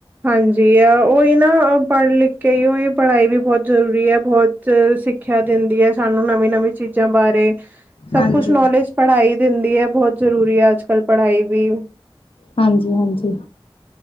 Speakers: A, on the right; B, on the left.
A: ਹਾਂਜੀ, ਆ ਉਹੀ ਨਾ ਪੜ੍ਹ ਲਿਖ ਕੇ ਹੀ, ਉਹੀ ਪੜ੍ਹਾਈ ਵੀ ਬਹੁਤ ਜ਼ਰੂਰੀ ਹੈ ਬਹੁਤ ਸਿੱਖ। ਸਿੱਖਿਆ ਦਿੰਦੀ ਹੈ, ਸਾਨੂੰ ਨਵੀਂ ਨਵੀਂ ਚੀਜ਼ਾਂ ਬਾਰੇ। ਸਭ
B: ਹਾਂਜੀ।
A: ਕੁਛ, ਨੌਲੇਜ ਪੜ੍ਹਾਈ ਦਿੰਦੀ ਹੈ ਬਹੁਤ ਜ਼ਰੂਰੀ ਹੈ ਅੱਜ -ਕੱਲ ਪੜ੍ਹਾਈ ਵੀ?
B: ਹਾਂਜੀ -ਹਾਂਜੀ